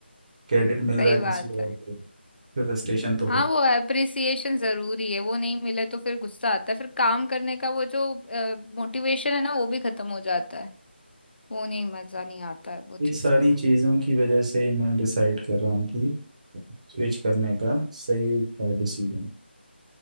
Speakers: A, on the right; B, on the left.
A: क्रेडिट मिल
B: सही
A: रहा है
B: बात
A: किसी
B: है
A: और को फिर फ्रस्ट्रेशन तो होता
B: हाँ वो
A: है
B: अप्रिसिएशन जरूरी है वो नहीं मिले तो फिर गुस्सा आता है फिर काम करने का वो जो मोटिवेशन है ना वो भी खत्म हो जाता है वो नहीं मजा नहीं आता है वो चीज
A: ये सारी
B: का
A: चीज़ों की वजह से ही मैं डिसाइड कर रहा हूँ कि स्विच करने का सही है डिसीजन